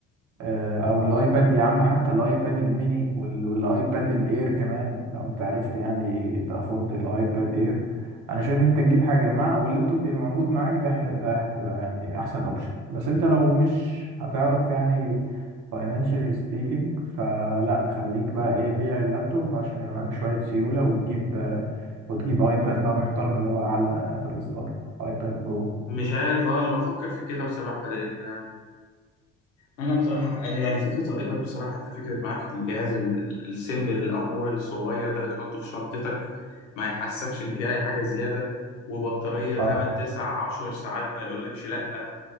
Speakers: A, on the right; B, on the left.
A: آه، او الايباد يا عم حتى الايباد الميني وال- والايباد الاير كمان لو انت عرفت يعني تافورد الايباد اير انا شايف انت تجيب حاجه مع واللابتوب يبقى موجود معاك ده ه- ده هتبقى يعني احسن اوبشن بس انت لو مش هتعرف يعني financially speaking فلا خليك بقى ايه بيع اللابتوب عشان يبقى معاك شويه سيوله وتجيب آه، وتجيب ايباد بقى محترم اللي هو على اخر اصدار ايباد برو
B: مش عارف اه انا بفكر في كده بصراحة لان انا بصراحه انا يعني فكره الايباد بصراحه انت فكره معاك الجهاز ال- ال- السيمبل الامور الصغير ده اللي تحطه في شنطتك ما يحسكش ان في اي حاجه زياده وبطاريه 8
A: اه
B: 9 10 ساعات ما يقولكش لا